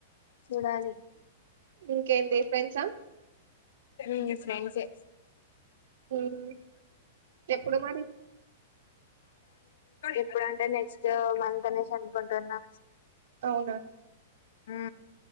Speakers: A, on the left; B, on the right.
A: చూడాలి
B: ఇంకేంది ఫ్రెండ్సా
A: ఉ ఫ్రెండ్సే
B: హ్మ్. ఎప్పుడు మరి
A: ఎప్పుడంటే నెక్స్ట్ మంత్ అనేసి కుంటున్నా
B: అవునా
A: ఆ